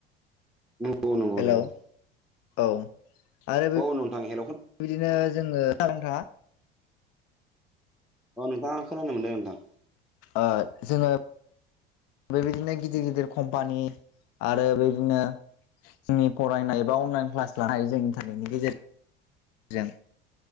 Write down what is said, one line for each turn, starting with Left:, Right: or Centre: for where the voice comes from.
Centre: नंगौ नंगौ
Left: हेलौ
Centre: नंगौ
Left: औ आरो
Centre: औ नोंथां हेलौ
Left: बिदिनो जोङो खोनादों ना नोंथां
Centre: अ नोंथां खोनानो मोनदों नोंथां
Left: ओ जोङो बेबायदिनो गिदिर गिदिर कम्पानि आरो बेबायदिनो जोंनि फरायनाय बा अनलाइन क्लास लानाय हायो जों इन्टारनेटनि गेजेरजोंजों